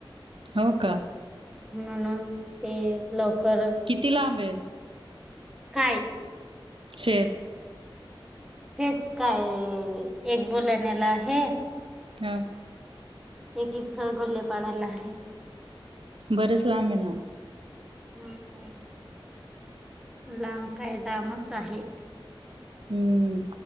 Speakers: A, on the right; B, in the centre.
A: हो का
B: म्हणून ते लवकर
A: किती लांब आहे?
B: काय?
A: शेत.
B: तेच काय एक बोलाण्याला आहे.
A: हां
B: एक इथं गुल्लेपाढाला आहे.
A: बरंच लांब ये ना ओ
B: हम्म हम् लांब काय दामस आहे.
A: हम्म